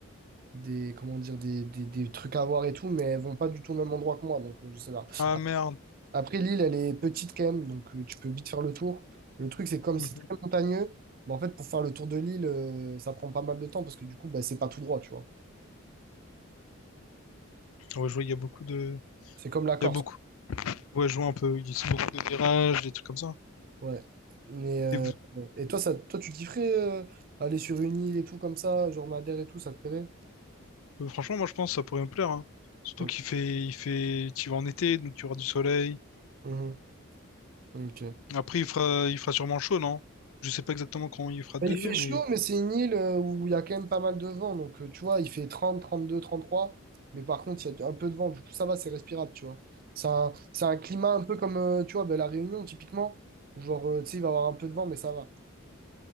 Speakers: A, on the right; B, on the left.
A: des comment dire, des, des, des trucs à voir et tout, mais elles vont pas du tout au même endroit que moi, donc euh, je sais pas.
B: Ah merde.
A: Après, l'île, elle est petite quand même, donc euh, tu peux vite faire le tour. Le truc, c'est comme
B: Mhm.
A: c'est très montagneux, mais en fait, pour faire le tour de l'île, euh, ça prend pas mal de temps parce que du coup, bah, c'est pas tout droit, tu vois.
B: Ouais, je vois, il y a beaucoup de...
A: C'est comme la Corse.
B: Il y a beaucoup... Ouais, je vois un peu... Il y a beaucoup de virages, des trucs comme ça.
A: Ouais. Mais, euh,
B: Et vous-
A: et toi, ça, toi, tu kifferais euh, aller sur une île et tout comme ça, genre Madère et tout, ça te plairait?
B: euh, franchement, moi, je pense que ça pourrait me plaire. hein. Surtout
A: Ok.
B: qu'il fait... Il fait... Tu vas en été, donc tu auras du soleil.
A: Mhm. Ok.
B: Après, il fera... il fera sûrement chaud, non? Je sais pas exactement quand il fera de
A: Il
B: degrés,
A: fait chaud,
B: mais...
A: mais c'est une île euh, où il y a quand même pas mal de vent. Donc, euh, tu vois, il fait trente trente deux trente trois Mais par contre, il y a un peu de vent. Du coup, ça va, c'est respirable, tu vois. C'est un, c'est un climat un peu comme, euh, tu vois, ben, La Réunion, typiquement. où Genre, euh, tu sais, il va y avoir un peu de vent, mais ça va.